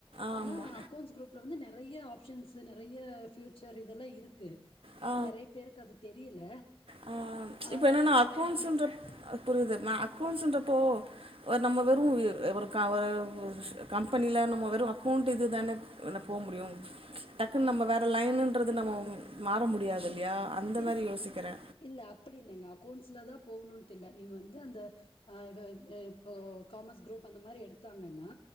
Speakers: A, on the right; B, on the left.
A: ஆமா
B: ஆனா அக்கௌண்ட்ஸ் குரூப்ல வந்து நறைய ஆப்ஷன்ஸு நறைய ஃப்யூச்சர் இதெல்லா இருக்கு
A: ஆ
B: அ நறைய பேருக்கு அது தெரியல
A: ஆ
B: ஆ
A: இப்ப என்னன்னா
B: ஆக்சுவலா
A: அக்கௌண்ட்ஸ்ன்றப்
B: அவளுக்கு மேக்ஸ்
A: அ புரியுது நா அக்கௌண்ட்ஸ்ன்றப்போ அ நம்ம வெறு ஏ ஒரு ஒரு கம்பெனியில நம்ம வெறு அக்கௌண்ட் இது தானேப் என்ன போ முடியு டக்குன்னு நம்ம வேற லைனுன்றது நம்ம மாற முடியாது இல்லையா அந்த
B: இல்
A: மாரி யோசிக்கிறே
B: இல்ல அப்பிடில்லைங்க அக்கௌண்ட்ஸ்ல தா போகணுன்ட்டுல்லநீங்க வந்து அந்த ஆ இது து இப்போ காமர்ஸ் குரூப் அந்த மாரி எடுத்தாங்கன்னா